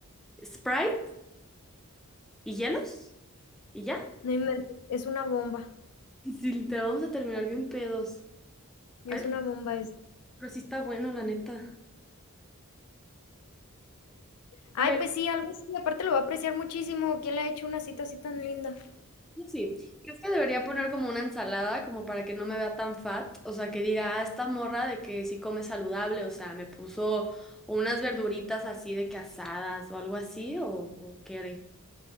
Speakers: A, in the centre; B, on the left (about 85°).
A: Sprite. ¿Y hielos? ¿Y ya?
B: No inventes, es una bomba,
A: Sí, literal, vamos a terminar bien pedos.
B: es
A: Ay,
B: una bomba eso.
A: pero sí está bueno, la neta.
B: Ay,
A: A ver,
B: pues sí, algo así, aparte lo va a apreciar muchísimo. ¿Quién le ha hecho una cita así tan linda?
A: eso sí, ¿crees que debería poner como una ensalada como para que no me vea tan fat? O sea, que diga, ah, esta morra de que sí come saludable, o sea, me puso unas verduritas así de que asadas o algo así, o, o qué haré?